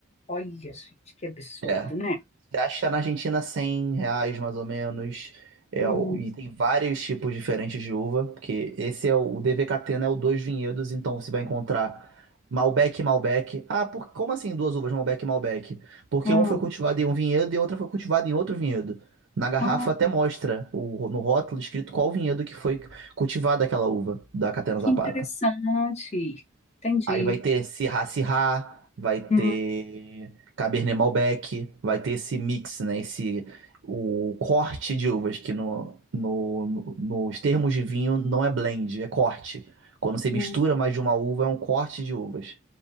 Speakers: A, on the left (about 30°); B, on the right (about 70°).
A: olha, gente, que absurdo,
B: É.
A: né?
B: Acho que tá na Argentina 100 reais, mais ou menos. É,
A: Uhum.
B: o- e tem vários tipos diferentes de uva, porque esse é o, o DVKT, né? O Dois Vinhedos, então você vai encontrar Malbec e Malbec. Ah, por, como assim duas uvas, Malbec e Malbec? Porque
A: Ah,
B: uma foi cultivada em um vinhedo e a outra foi cultivada em outro vinhedo. Na garrafa
A: ah,
B: até mostra o, no rótulo escrito qual vinhedo que foi cultivada aquela uva da Catena
A: que
B: Zapata.
A: interessante. Entendi.
B: Aí vai ter Sirá Sirá, vai ter
A: Uhum,
B: Cabernet Malbec, vai ter esse mix, né? Esse, o corte de uvas, que no, no, no- nos termos de vinho não é blend, é corte. Quando você mistura
A: uhum,
B: mais de uma uva, é um corte de uvas.